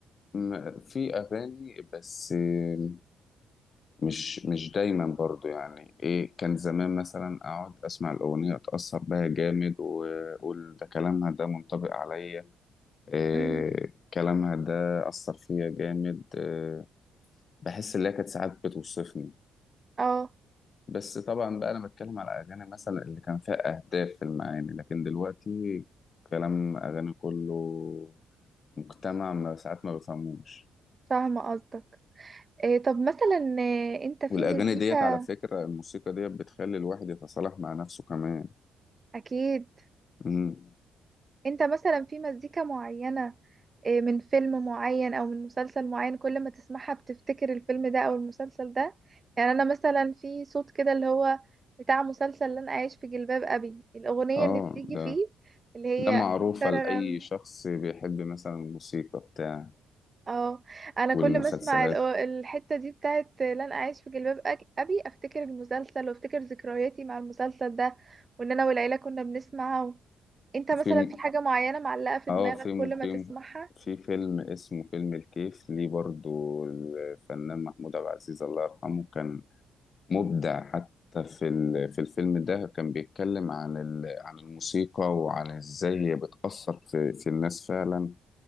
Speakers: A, on the left; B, on the right.
A: م- في أغاني بس آه، مش مش دايما برضو يعني إيه كان زمان مثلا أقعد أسمع الأغنية أتأثر بها جامد وأقول ده كلامها ده منطبق عليا آه،
B: امم
A: كلامها ده أثر فيا جامد آه، بحس إن هي كانت ساعات بتوصفني
B: اه
A: بس طبعا بقى انا بتكلم على اغاني مثلا اللي كان فيها اهداف في المعاني لكن دلوقتي كلام اغاني كله مجتمع ما ساعات ما بفهموش
B: فاهمه قصدك إيه طب مثلا إيه، انت في
A: والاغاني
B: مزيكا
A: ديت على فكرة الموسيقى ديت بتخلي الواحد يتصالح مع نفسه كمان
B: اكيد
A: امم
B: انت مثلا في مزيكا معينة آه، من فيلم معين او من مسلسل معين كل ما تسمعها بتفتكر الفيلم ده او المسلسل ده يعني انا مثلا في صوت كده اللي هو بتاع مسلسل لن اعيش في جلباب ابي الاغنية
A: اه
B: اللي بتيجي
A: ده
B: فيه اللي هي
A: ده معروفة
B: تررن
A: لأي شخص بيحب مثلا الموسيقى بتاع
B: اه انا
A: والمسلسلات
B: كل ما اسمع الأو- الحتة دي بتاعت لن اعيش في جلباب أك- ابي افتكر المسلسل وافتكر ذكرياتي مع المسلسل ده وان انا والعيلة كنا بنسمعه انت مثلا
A: في م-
B: في حاجة معينة معلقة في
A: اه
B: دماغك
A: في
B: كل ما
A: في
B: تسمعها
A: في فيلم اسمه فيلم الكيف ليه برضو الفنان محمود عبد العزيز الله يرحمه كان مبدع حتى في ال- في الفيلم ده كان بيتكلم عن ال- عن الموسيقى وعن ازاي هي بتأثر في في الناس فعلا